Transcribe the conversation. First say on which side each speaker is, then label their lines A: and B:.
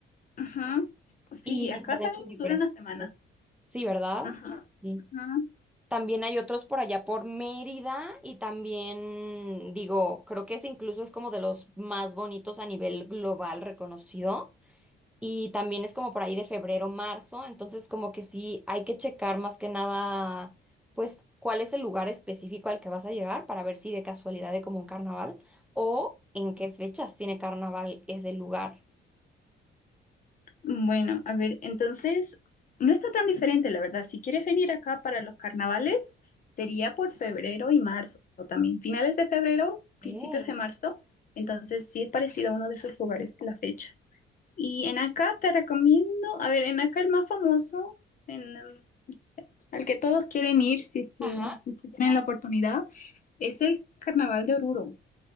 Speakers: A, on the left; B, in the centre.
A: Ujú.
B: y
A: Sí, acá
B: se hacen
A: también
B: como diferentes
A: dura una semana.
B: actividades. Sí, ¿verdad?
A: Ajá,
B: Sí.
A: ajá.
B: También hay otros por allá por Mérida y también, digo, creo que ese incluso es como de los más bonitos a nivel global reconocido. Y también es como por ahí de febrero, marzo, entonces como que sí hay que checar más que nada, pues, cuál es el lugar específico al que vas a llegar para ver si de casualidad hay como un carnaval o en qué fechas tiene carnaval ese lugar.
A: Bueno, a ver, entonces no está tan diferente, la verdad. Si quieres venir acá para los carnavales, sería por febrero y marzo también. Finales de febrero, principios
B: Eh,
A: de marzo. Entonces sí es parecido a uno de esos lugares la fecha. Y en acá te recomiendo, a ver, en acá el más famoso, en, um, al que todos quieren ir si es que,
B: Ajá.
A: si es que tienen la oportunidad, es el Carnaval de Oruro.